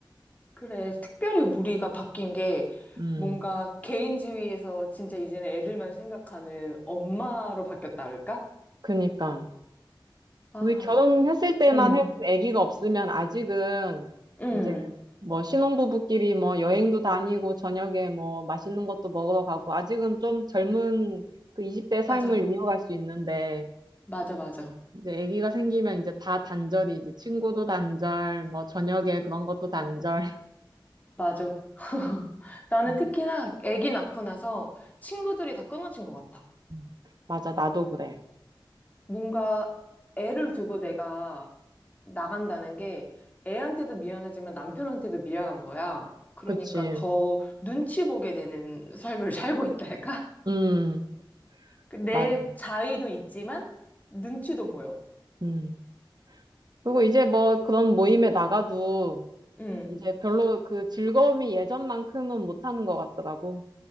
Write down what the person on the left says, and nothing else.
그래. 특별히 우리가 바뀐 게
뭔가 개인주의에서 진짜 이제는 애들만 생각하는 엄마로 바뀌었다 할까?
아,
응,
응.
맞아.
맞아, 맞아.
맞아. <laughs> 나는
특히나 아기 낳고 나서 친구들이 다 끊어진 것 같아.
뭔가 애를 두고 내가 나간다는 게 애한테도 미안하지만 남편한테도 미안한 거야. 그러니까
더 눈치 보게 되는 삶을 <laughs> 살고 있다 할까?
그내
자의도 있지만 눈치도 보여.
응.